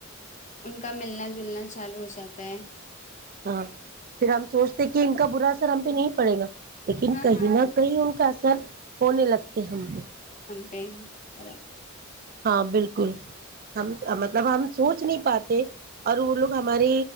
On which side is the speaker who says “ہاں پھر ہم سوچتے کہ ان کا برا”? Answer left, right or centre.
Right